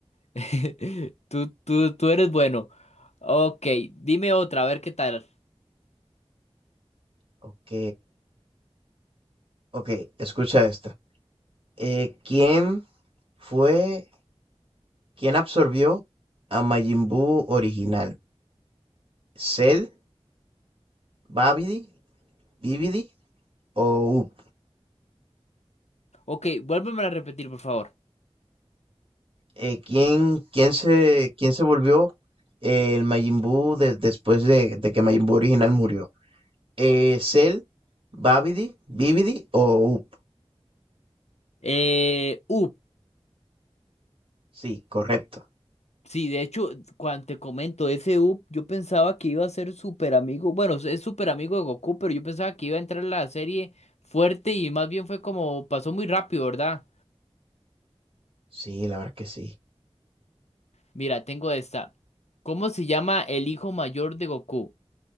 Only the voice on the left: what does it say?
<laughs> Tú, tú, tú eres bueno. Ok, dime otra, a ver qué tal.
Ok, vuélveme a repetir, por favor.
Eh, up.
Sí, de hecho, cuando te comento ese up, yo pensaba que iba a ser súper amigo. Bueno, es súper amigo de Goku, pero yo pensaba que iba a entrar en la serie fuerte y más bien fue como pasó muy rápido, ¿verdad?
Mira, tengo esta. ¿Cómo se llama el hijo mayor de Goku?